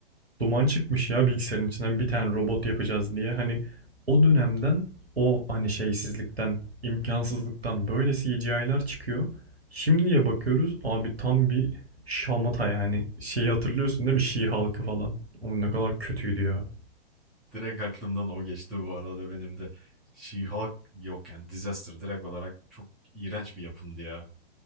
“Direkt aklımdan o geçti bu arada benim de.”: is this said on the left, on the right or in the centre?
Centre